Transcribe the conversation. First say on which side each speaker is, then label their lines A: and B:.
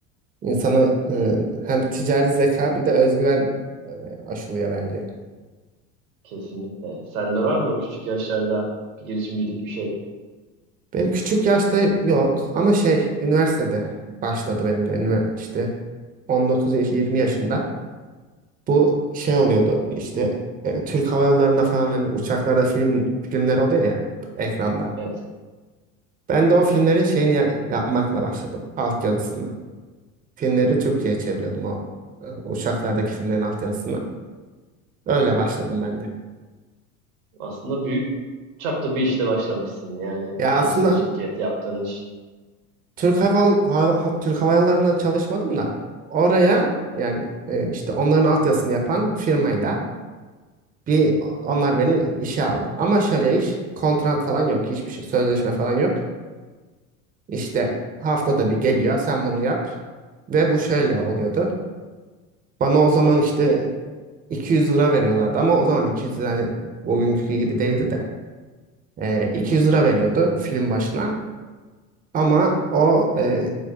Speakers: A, on the right; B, on the right.
A: İnsanı e, hem ticari zeka bir de özgüven e, aşılıyor bence.
B: Kesinlikle. Sende var mı o küçük yaşlarda bir girişimcilik bir şey?
A: Benim küçük yaşta yok ama şey üniversitede başladı benim de üniversite işte 19 yaş 20 yaşında. Bu şey oluyordu işte e, Türk Hava Yolları'nda falan hani uçaklarda film filmler oluyor ya ekranda.
B: Evet.
A: Ben de o filmlerin şeyini ya- yapmakla başladım. Altyazısını. Filmleri Türkçe'ye çeviriyordum o e, uçaklardaki filmlerin altyazısını. Öyle başladım ben de.
B: Aslında büyük çapta bir işte başlamışsın. Yani
A: Ya
B: çalıştığın
A: aslında
B: şirket, yaptığın iş.
A: Türk Hava, Hava- Ha- Türk Hava Yolları'nda çalışmadım da oraya yani e, işte onların altyazısını yapan firmayla bir onlar beni işe aldı. Ama şöyle iş kontrat falan yok hiçbir şey sözleşme falan yok. İşte haftada bir geliyor sen bunu yap ve bu şöyle oluyordu. Bana o zaman işte 200 lira veriyorlardı ama o zaman 200 lira hani bugünkü gibi değildi de Ee, 200 lira veriyordu film başına ama o e,